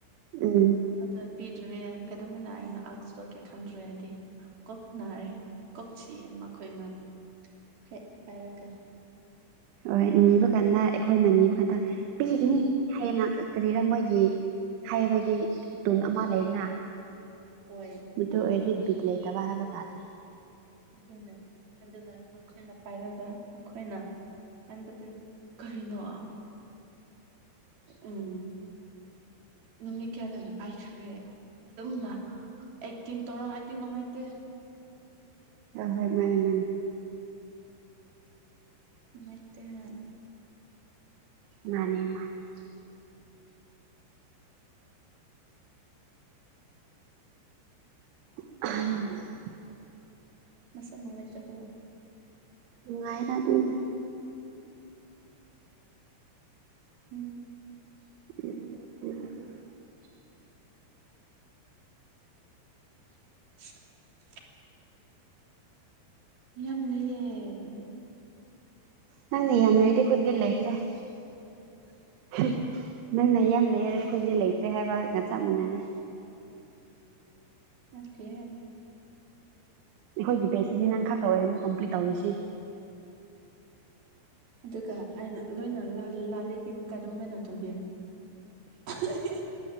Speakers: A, on the right; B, on the right.
A: ꯎꯝ
B: ꯑꯗꯨ ꯄꯤꯗ꯭ꯔꯦ ꯀꯩꯗꯧꯃꯤꯟꯅ ꯑꯩꯅ ꯑꯛꯁ ꯇꯧꯒꯦ ꯈꯟꯗ꯭ꯔꯦ ꯍꯥꯏꯗꯤ ꯀꯣꯛ ꯅꯥꯔꯦ ꯀꯣꯛ ꯆꯤꯛꯑꯦ ꯃꯈꯣꯏꯅ ꯍꯦꯛ ꯄꯥꯏꯔꯒ
A: ꯍꯣꯏ ꯅꯤꯕ ꯀꯥꯟꯗ ꯑꯩꯈꯣꯏꯅ ꯅꯤꯕ ꯀꯥꯟꯗ ꯄꯤꯒꯅꯤ ꯍꯥꯢꯌꯦꯟꯅ ꯀꯔꯤꯔ ꯃꯣꯏ ꯒꯤ ꯍꯥꯏꯕꯒꯤ ꯇꯨꯟ ꯑꯃ ꯂꯩꯗꯅ
B: ꯍꯣꯏ
A: ꯑꯗꯨ ꯑꯣꯏꯔꯗꯤ ꯕꯤꯠ ꯂꯩꯇꯕ ꯍꯥꯢꯕꯇꯥꯔꯦ
B: ꯑꯗꯨꯅꯦ ꯑꯗꯨꯒ ꯅꯈꯣꯏꯅ ꯄꯥꯏꯔꯒ ꯑꯩꯈꯣꯏꯅ ꯍꯥꯏꯕꯗꯤ ꯀꯔꯤꯅꯣ ꯎꯝ ꯅꯨꯃꯤꯠ ꯀꯌꯥꯗꯅ ꯄꯥꯏꯈꯔꯦ ꯑꯗꯨꯝꯅ ꯑꯦꯛꯇꯤꯡ ꯇꯧꯔꯛꯑꯗꯤ ꯅꯨꯡꯉꯥꯏꯇꯦ
A: ꯍꯣꯢ ꯍꯣꯏ ꯃꯥꯅꯦ ꯃꯥꯅꯦ
B: ꯅꯨꯡꯉꯥꯢꯇꯦꯍꯦ
A: ꯃꯥꯅꯦ ꯃꯥꯅꯦ ꯑꯍꯝ
B: ꯅꯥꯁꯥ ꯅꯨꯡꯉꯥꯢꯇꯕ꯭ꯔꯣ
A: ꯅꯨꯡꯉꯥꯏꯌꯦꯗ ꯑꯗꯨꯨꯝ
B: ꯎꯝ
A: ꯎꯝ ꯎ
B: <inaudible> ꯌꯥꯝ ꯂꯩꯌꯦ
A: ꯅꯪꯅ ꯌꯥꯝꯔꯗꯤ
B: ꯀꯔꯤ
A: ꯈꯣꯢꯗꯤ
B: ꯏꯒꯤ
A: ꯂꯩꯈ꯭ꯔꯦ ꯍꯥ ꯅꯪꯅ ꯌꯥꯝ ꯂꯩꯔꯔꯦ ꯑꯩꯈꯣꯏꯗꯤ ꯂꯩꯇ꯭ꯔꯦ ꯍꯥꯏꯕꯒ ꯆꯞ ꯃꯥꯟꯅꯔꯦ
B: ꯅꯠꯇꯦ
A: ꯑꯩꯈꯣꯏꯒꯤ ꯚꯦꯁ ꯁꯤꯗꯤ ꯅꯪꯈꯥꯛꯇ ꯑꯣꯏꯔꯝꯅꯤ ꯀꯝꯄ꯭ꯂꯤꯠ ꯇꯧꯔꯤꯁꯤ
B: ꯑꯗꯨꯒ ꯑꯩꯅ ꯂꯣꯏꯅ ꯂꯥꯜ ꯂꯥꯂꯦꯗꯤ ꯀꯗꯧ ꯃꯩꯅꯣ ꯇꯨꯒꯤ ꯑꯍꯥꯍꯤꯍꯤ